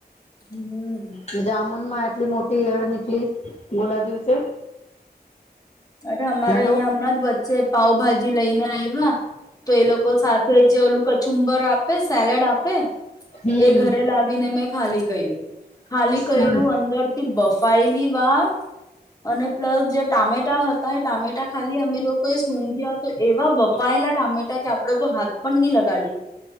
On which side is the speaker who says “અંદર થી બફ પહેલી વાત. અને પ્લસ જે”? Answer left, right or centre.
Left